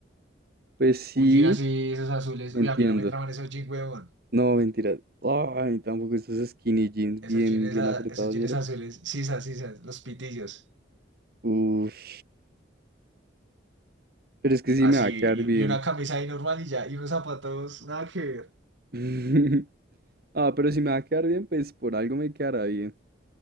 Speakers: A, on the right; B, on the right.
A: Pues sí,
B: un jean así, esos azules.
A: entiendo.
B: Uy, a mí no me traban esos jeans, weón.
A: No, mentira. Ay, tampoco estos skinny jeans
B: Esos
A: bien,
B: jeans,
A: bien
B: a-
A: apretados,
B: esos jeans
A: mira.
B: azules, sisas, sisas, los pitillos.
A: Uf. Pero es que sí
B: Así,
A: me va a quedar
B: y,
A: bien.
B: y una camisa ahí normal y ya, y unos zapatos, nada que ver.
A: <laughs> Ah, pero si me va a quedar bien, pues por algo me quedará bien.